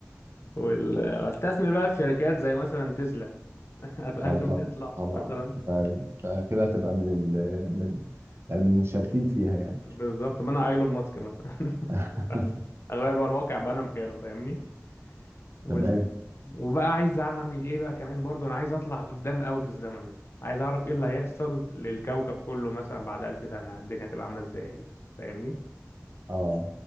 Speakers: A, on the left; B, on the right.
A: واستثمر بقى في شركات زي مثلا تسلا <laughs> قبل قبل
B: اه طبعا
A: ما تطلع
B: طبعا
A: مثلا
B: انت انت كده هتبقى من ال من يعني من المشاركين فيها يعني
A: بالظبط ما انا ايلون ماسك مثلا <laughs>
B: <laughs>
A: اغير بقى الواقع بقى انا مكانه فاهمني وال...
B: تمام
A: وبقى عايز اعمل ايه بقى كمان برضو انا عايز اطلع قدام قوي في الزمن عايز اعرف ايه اللي هيحصل للكوكب كله مثلا بعد ألف سنة الدنيا تبقى عاملة ازاي فاهمني
B: اه